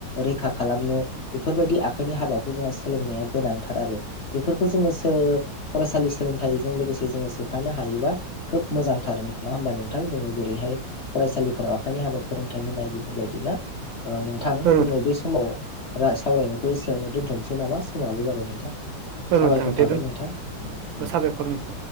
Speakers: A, on the left (about 55°); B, on the right (about 75°).
A: रैखा खालामनो बेफोरबायदि आखाइनि हाबाखौ जोंहा सोलोंनाया गोनांथार आरो बेफोरखौ जोङो सोलों फरायसालि सोलोंथाइजों लोगोसे जोङो सोफानो हायोबा खोब मोजांथार नङा होमबा नोंथां जोङो जेरैहाय फरायसालिफोराव आखाइनि हाबा फोरोंथाइ होनाय बेफोरबायदि ना ओ नोंथां
B: औ
A: जोङो बे समाव सावरायनायखौ एसेयावनो दोनथ'नसै नामा? समाबो जाबाय नोंथां
B: औ
A: साबायखर
B: नोंथां दे
A: थाबाय
B: दोन
A: नोंथां
B: साबायखर
A: <inaudible>
B: नोंथां।